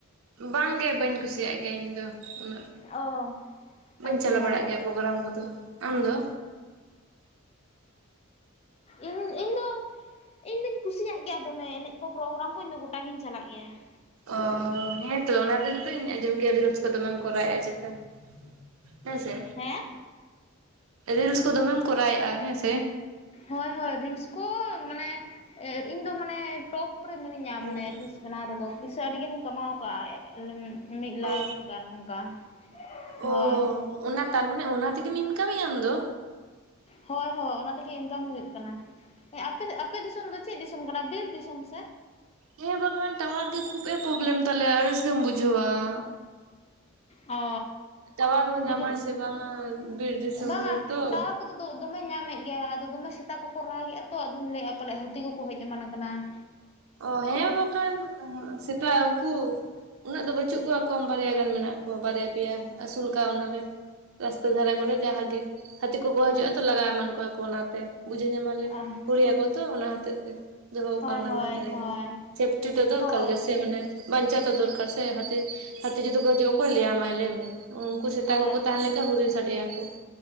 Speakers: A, on the right; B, on the left.
A: ᱵᱟᱝᱜᱮ, ᱵᱟᱹᱧ ᱠᱩᱥᱤᱭᱟᱜ ᱜᱮᱭᱟ ᱤᱧ ᱫᱚ, ᱩᱱᱟᱹᱜ
B: ᱚ
A: ᱵᱟᱹᱧ
B: ᱟᱪᱪᱷᱟ
A: ᱪᱟᱞᱟᱣ ᱵᱟᱲᱟᱜ ᱜᱮᱭᱟ ᱾ ᱯᱳᱜᱨᱟᱢ ᱠᱚᱫᱚ ᱾ ᱟᱢ ᱫᱚ?
B: ᱤᱧ ᱤᱧᱫᱚ ᱤᱧᱫᱚᱧ ᱠᱩᱥᱤᱭᱟᱜ ᱜᱮᱭᱟ ᱫᱚᱢᱮ ᱮᱱᱮᱡ ᱠᱚ, ᱯᱨᱳᱜᱨᱟᱢ ᱠᱚ, ᱤᱧᱫᱚ ᱜᱚᱴᱟᱜᱤᱧ ᱪᱟᱞᱟᱜ ᱜᱮᱭᱟ ᱾
A: ᱚ, ᱦᱮᱸᱛᱚ ᱚᱱᱟ ᱛᱮᱜᱮ ᱛᱚᱧ ᱟᱸᱡᱚᱢ ᱠᱮᱫ ᱜᱮᱭᱟ ᱟᱹᱰᱤ ᱨᱤᱞᱥ ᱫᱚᱢᱮᱢ ᱠᱚᱨᱟᱣᱮᱫᱼᱟ ᱪᱮᱛᱠᱟ ᱾ ᱦᱮᱸᱥᱮ,
B: ᱦᱮᱸ
A: ᱨᱤᱞᱥ ᱠᱚ ᱫᱚᱢᱮᱢ ᱠᱚᱨᱟᱣᱮᱫᱼᱟ ᱦᱮᱸ ᱥᱮ ᱾
B: ᱦᱳᱭ ᱦᱳᱭ ᱨᱤᱞᱥ ᱠᱚ ᱢᱟᱱᱮ ᱤᱧᱫᱚ ᱢᱟᱱᱮ ᱴᱚᱯ ᱴᱚᱯ ᱨᱮ ᱢᱮᱱᱟᱹᱧᱟ
A: ᱦᱮᱸᱛᱚ
B: ᱢᱟᱱᱮ ᱨᱤᱞᱥ ᱵᱮᱱᱟᱣ ᱨᱮᱫᱚ, ᱯᱩᱭᱥᱟᱹ ᱟᱹᱰᱤ ᱜᱟᱱᱤᱧ ᱠᱟᱢᱟᱣ ᱟᱠᱟᱫᱼᱟ ᱾ ᱢᱤᱫ ᱞᱟᱠᱷ
A: ᱚ
B: ᱜᱟᱱ ᱚᱱᱠᱟ ᱾ ᱦᱳᱭ
A: ᱚ
B: ᱾
A: ᱚᱱᱟ ᱛᱟᱨᱢᱟᱱᱮ ᱚᱱᱟ ᱛᱮᱜᱮᱢ ᱤᱱᱠᱟᱢ ᱮᱜ ᱟ ᱟᱢ ᱫᱚ?
B: ᱦᱳᱭ ᱦᱳᱭ ᱚᱱᱟ ᱛᱮᱜᱮ ᱤᱱᱠᱟᱢ ᱦᱩᱭᱩᱜ ᱠᱟᱱᱟ ᱾ ᱟᱯᱮ ᱟᱯᱮ ᱫᱤᱥᱚᱢ ᱫᱚ ᱪᱮᱫ ᱫᱤᱥᱚᱢ ᱠᱟᱱᱟ? ᱵᱤᱨ ᱫᱤᱥᱚᱢ ᱥᱮ?
A: ᱦᱮᱸ ᱵᱟᱠᱷᱟᱱ ᱴᱟᱣᱟᱨ ᱜᱮ ᱠᱷᱩᱵ ᱮ ᱯᱨᱚᱵᱞᱮᱢ ᱛᱟᱞᱮᱭᱟ ᱟᱹᱲᱤᱥ ᱜᱮᱢ ᱵᱩᱡᱷᱟᱹᱣᱟ ᱾
B: ᱚ
A: ᱴᱟᱣᱟᱨ ᱦᱚᱸ
B: ᱵᱤᱨ
A: ᱧᱟᱢᱟᱭ ᱥᱮ ᱵᱟᱝᱟ ᱵᱤᱨ ᱫᱤᱥᱚᱢ
B: ᱵᱟᱝᱟ
A: ᱦᱚᱲ ᱛᱚ ᱾
B: ᱴᱟᱣᱟᱨ ᱠᱚᱫᱚ ᱫᱚᱢᱮ ᱧᱟᱢᱮᱫ ᱜᱮᱭᱟ, ᱟᱫᱚ ᱫᱚᱢᱮ ᱥᱮᱛᱟ ᱠᱚᱠᱚ ᱨᱟᱜᱮᱫᱼᱟ ᱛᱚ ᱟᱫᱚᱧ ᱞᱟᱹᱭᱮᱫᱼᱟ ᱯᱟᱞᱮ ᱦᱟᱹᱛᱤ ᱠᱚᱠᱚ ᱦᱮᱡ ᱮᱢᱟᱱ ᱠᱟᱱᱟ ᱾
A: ᱚ ᱦᱮᱸ ᱵᱟᱠᱷᱟᱱ ᱥᱮᱛᱟ ᱩᱱᱠᱩ ᱩᱱᱟᱹᱜ ᱫᱚ ᱵᱟᱹᱪᱩᱜ ᱠᱚᱣᱟ ᱠᱚᱢ ᱵᱟᱨᱭᱟ ᱜᱟᱱ ᱢᱮᱱᱟᱜ ᱠᱚᱣᱟ, ᱵᱟᱨᱭᱟ ᱯᱮᱭᱟ ᱟᱹᱥᱩᱞ ᱠᱟᱣ ᱱᱟᱞᱮ ᱾ ᱨᱟᱥᱛᱟ ᱫᱷᱟᱨᱮ ᱠᱚᱨᱮ ᱡᱟᱦᱟᱸ ᱜᱮ ᱦᱟᱹᱛᱤ ᱠᱚ ᱠᱚ ᱦᱤᱡᱩᱜᱼᱟ ᱛᱚ ᱞᱟᱜᱟᱣ ᱮᱢᱟᱱ ᱠᱚᱣᱟ ᱠᱚ ᱚᱱᱟᱛᱮ ᱵᱩᱡᱷᱟᱹᱣ ᱧᱟᱢᱟ ᱾ ᱟᱞᱮ
B: ᱚ
A: ᱠᱩᱲᱦᱤᱭᱟ ᱠᱚ ᱛᱚ ᱚᱱᱟ ᱦᱚᱛᱮᱡ ᱛᱮ ᱫᱚᱦᱚ
B: ᱦᱳᱭ
A: ᱠᱟᱣᱱᱟᱞᱮ
B: ᱦᱳᱭ
A: ᱾
B: ᱦᱳᱭ
A: ᱥᱮᱯᱴᱤ ᱫᱚ ᱫᱚᱨᱠᱟᱨ
B: ᱦᱳᱭ
A: ᱜᱮᱥᱮ ᱢᱟᱱᱮ ᱵᱟᱧᱪᱟ ᱫᱚᱨᱠᱟᱨ ᱥᱮ ᱦᱟᱛᱤ ᱦᱟᱛᱤ ᱡᱩᱫᱤ ᱦᱤᱡᱩᱜᱼᱟ ᱚᱠᱚᱭ ᱞᱟᱹᱭᱟᱢᱟᱭ ᱞᱟᱹᱭᱢᱮ, ᱩᱱᱠᱩ ᱥᱮᱛᱟ
B: ᱦᱳᱭ
A: ᱠᱚᱠᱚ ᱛᱟᱦᱮᱸ ᱞᱮᱱ ᱠᱷᱟᱱ ᱦᱩᱨᱤ ᱥᱟᱰᱮᱭᱟᱠᱚ ᱾